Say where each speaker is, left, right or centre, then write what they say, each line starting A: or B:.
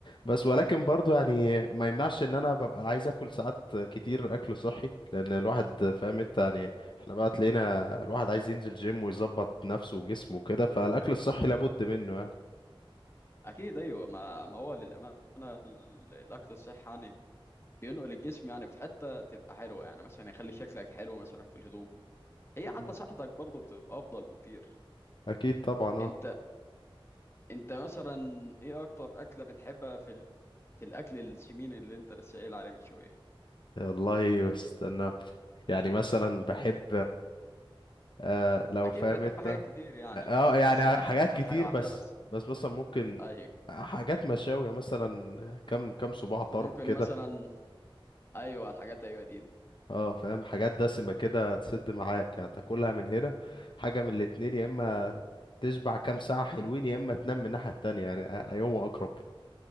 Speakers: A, on the left; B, on the left.
A: بس ولكن برضو يعني
B: لا،
A: ما يمنعش ان انا ببقى عايز اكل ساعات كتير اكل صحي لان الواحد فاهم انت يعني احنا بقى تلاقينا الواحد عايز ينزل جيم ويظبط نفسه وجسمه وكده فالاكل الصحي لابد منه يعني
B: اكيد ايوه ما ما هو للامانه ال- الاكل الصحي يعني بينقل الجسم يعني في حته تبقى حلوه يعني مثلا يخلي شكلك حلو مثلا في الهدوم هي حتى
A: مم.
B: صحتك برضه بتبقى افضل بكتير
A: اكيد طبعا
B: انت
A: اه
B: انت مثلا ايه اكتر اكله بتحبها في ال... في الاكل السمين اللي انت لسه قايل عليه من شويه
A: والله استنى يعني مثلا بحب آه لو
B: اكيد
A: فاهم
B: بتحب
A: انت
B: حاجات
A: اه
B: كتير يعني
A: آه، يعني
B: بس يعني
A: حاجات
B: اختار
A: كتير
B: حاجه واحده
A: بس
B: بس
A: بس مثلا ممكن
B: ايوه
A: حاجات مشاوية مثلا كم كم صباع طرب
B: ممكن
A: كده
B: مثلا ايوه الحاجات ايوه دي
A: اه فاهم حاجات دسمة كده تسد معاك يعني تاكلها من هنا حاجة من الاتنين يا اما تشبع كام ساعة حلوين يا اما تنام من الناحية التانية يعني أ- أيهما أقرب